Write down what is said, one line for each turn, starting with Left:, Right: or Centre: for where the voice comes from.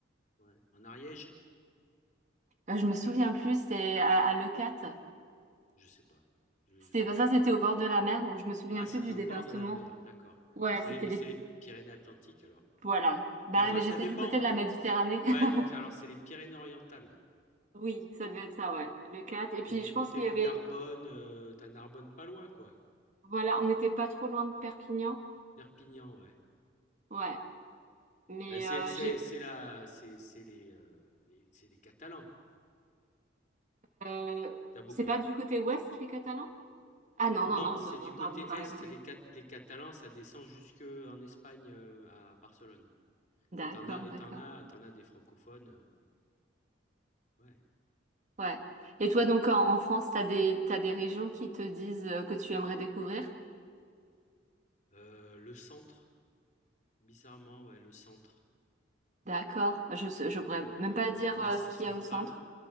Left: Ouais. En Ariège?
Right: Euh, je me souviens plus, c'était à, à Leucate.
Left: Je sais pas. Je,
Right: C'était
Left: je...
Right: bah, ça, c'était au bord de la mer, donc je me souviens
Left: Ah, c'était
Right: plus du
Left: au
Right: département.
Left: bord de la mer, d'accord.
Right: Ouais,
Left: Bah, c'est
Right: c'était
Left: les,
Right: les
Left: c'est les Pyrénées-Atlantiques alors.
Right: voilà. Bah,
Left: Mais enfin,
Right: mais
Left: ça
Right: j'étais
Left: dépend.
Right: du côté de la Méditerranée.
Left: Ouais, donc
Right: <laughs>
Left: alors c'est les Pyrénées-Orientales.
Right: Oui, ça devait être ça, ouais. Le 4. Et
Left: T'es
Right: puis,
Left: du
Right: je
Left: côté
Right: pense qu'il
Left: de
Right: y avait,
Left: Narbonne, euh, t'as Narbonne pas loin, quoi.
Right: voilà, on n'était pas trop loin de Perpignan.
Left: Perpignan, ouais.
Right: Ouais. Mais
Left: Bah, c'est
Right: euh,
Left: c'est
Right: j'ai
Left: c'est la c'est c'est les, euh, les- c'est les Catalans.
Right: Euh,
Left: T'as as beaucoup
Right: c'est pas
Left: de-
Right: du côté ouest, les Catalans? Ah non,
Left: non,
Right: non, non,
Left: c'est
Right: t'as-
Left: du
Right: non,
Left: côté
Right: pardon, t'as
Left: est,
Right: raison, oui.
Left: les Cat- les Catalans, ça descend jusque en Espagne, heu, à Barcelone
Right: D'accord,
Left: et t'en as et
Right: d'accord.
Left: tu as t'en as des francophones, heu, ouais.
Right: Ouais. Et toi, donc, en, en France, t'as des, t'as des régions qui te disent euh, que tu aimerais découvrir?
Left: Heu, le centre, bizarrement, ouais, le centre,
Right: D'accord. Je, sais-
Left: heu,
Right: je
Left: le
Right: pourrais même pas
Left: le
Right: dire
Left: Massif
Right: euh, ce qu'il
Left: central,
Right: y a au centre.